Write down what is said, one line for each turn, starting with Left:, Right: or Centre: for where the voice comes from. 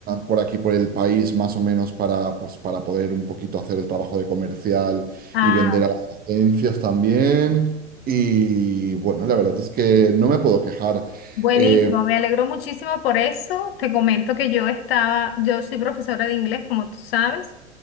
Right: por aquí, por el país, más o menos para, pues, para poder un poquito hacer el trabajo de comercial
Left: Ah,
Right: y vender
Left: ok.
Right: a las agencias también. Y bueno, la verdad es que no me puedo quejar.
Left: buenísimo.
Right: Eh,
Left: Me alegro muchísimo por eso. Te comento que yo estaba, yo soy profesora de inglés, como tú sabes.